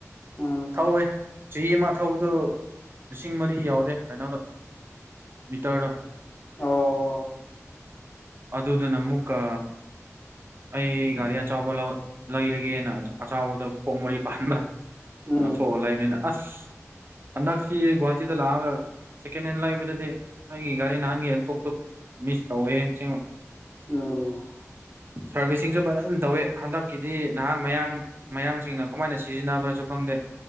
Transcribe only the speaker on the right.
ꯊꯧꯋꯦ ꯆꯍꯤ ꯑꯃ ꯊꯧꯕꯗꯨ ꯂꯤꯁꯤꯡ ꯃꯔꯤ ꯌꯥꯎꯗꯦ ꯀꯩꯅꯣꯗꯣ ꯃꯤꯇꯔꯗꯣ
ꯑꯗꯨꯗꯨ ꯑꯗꯨ ꯅꯃꯨꯀꯥ ꯑꯩ ꯒꯥꯔꯤ ꯑꯆꯥꯎꯕ ꯂꯩꯔꯒꯦꯅ ꯑꯆꯕꯗ ꯈꯣꯡ ꯃꯔꯤ ꯄꯥꯟꯕ
ꯀꯣꯊꯣꯛꯑ ꯂꯩꯕꯅꯤꯅ ꯑꯁ ꯍꯟꯗꯛꯁꯤ ꯒꯨꯍꯥꯇꯤꯗ ꯂꯥꯛꯑꯒ ꯁꯦꯀꯦꯟ ꯍꯦꯟ ꯂꯩꯕꯗꯗꯤ ꯑꯩꯒꯤ ꯒꯥꯔꯤ ꯅꯍꯥꯟꯒ ꯍꯦꯟ ꯇꯣꯛꯞ ꯇ ꯃꯤꯁ ꯇꯧꯋꯦꯕ
ꯁꯥꯔꯚꯤꯁꯁꯤꯡꯁꯨ ꯐꯖꯅ ꯇꯧꯋꯤ ꯍꯟꯗꯛꯀꯤꯗꯤ ꯅꯍꯥꯥꯟ ꯃꯌꯥꯡ ꯃꯌꯥꯡꯁꯤꯡꯅ ꯀꯃꯥꯏꯅ ꯁꯤꯖꯤꯟꯅꯕ꯭ꯔꯁꯨ ꯈꯪꯗꯦ